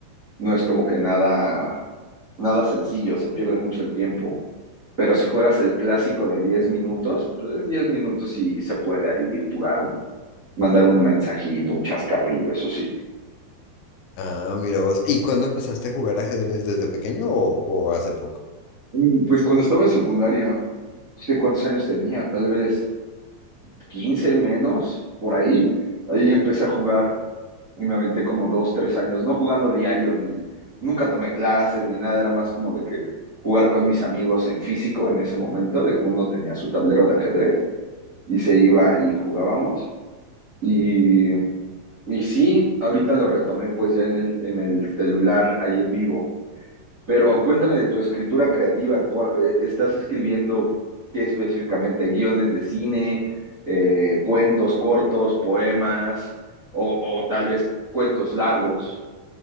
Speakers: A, on the right (about 65°); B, on the left (about 85°).
A: no es como que nada, nada sencillo, se pierde mucho el tiempo. Pero si juegas el clásico de 10 minutos, pues 10 minutos y se puede ahí jugar un, mandar un mensajito, un chascarrillo, eso sí.
B: Ah, mira vos. ¿Y cuándo empezaste a jugar ajedrez? ¿Desde pequeño o, o hace poco?
A: Mm, Pues cuando estaba en secundaria, no sé cuántos años tenía, tal vez 15 menos, por ahí, ahí empecé a jugar y me aventé como dos, tres años, no jugando diario, ni nunca tomé clases, ni nada, era más como de que jugar con mis amigos en físico en ese momento, de que uno tenía su tablero de ajedrez y se iba y jugábamos. Y, y sí, ahorita lo retomé pues ya en el, en el celular, ahí en vivo. Pero cuéntame de tu escritura creativa. cua- eh, ¿Estás escribiendo qué específicamente? ¿Guiones de cine, eh, cuentos cortos, poemas o, o tal vez cuentos largos?